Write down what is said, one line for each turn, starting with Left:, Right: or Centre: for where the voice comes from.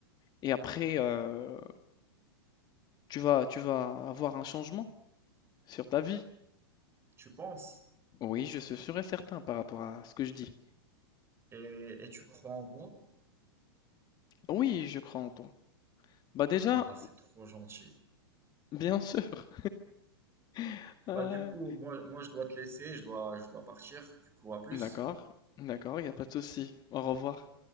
Left: Et après, euh, Tu vas, tu vas avoir un changement sur ta vie.
Right: Tu penses
Left: Oui, je suis sûr et certain par rapport à ce que je dis.
Right: et, et tu crois en moi.
Left: Oui, je crois en toi. Bah déjà,
Right: Ah, c'est trop gentil.
Left: bien sûr. <laughs>
Right: Bah
Left: Ouais.
Right: du coup, moi, moi je dois te laisser, je dois, je dois partir. Du coup, à plus.
Left: D'accord, d'accord, il n'y a pas de souci. Au revoir.